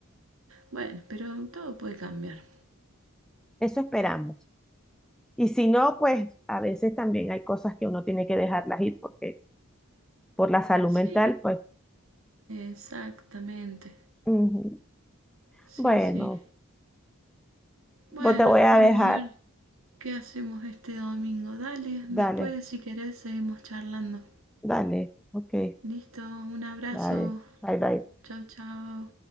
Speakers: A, on the right; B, in the centre.
A: Bueno, pero todo puede cambiar.
B: eso esperamos. Y si no, pues a veces también hay cosas que uno tiene que dejarlas ir porque por la salud
A: Sí,
B: mental, pues
A: exactamente.
B: ujú.
A: Sí,
B: Bueno,
A: sí. Bueno,
B: vos te voy a
A: vamos
B: dejar.
A: a ver qué hacemos este domingo. Dale,
B: Dale,
A: después si querés seguimos charlando.
B: dale, ok.
A: Listo, un abrazo.
B: Vale, bye bye.
A: Chau, chau.